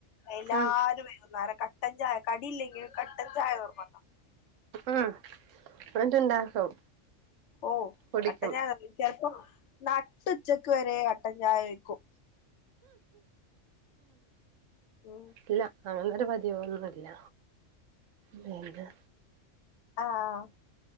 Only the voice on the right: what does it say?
ഉം
ഉം എന്നിട്ട്ണ്ടാക്കും
കുടിക്കും
ഇല്ല അങ്ങനൊരു പതിവൊന്നുല്ല പിന്ത്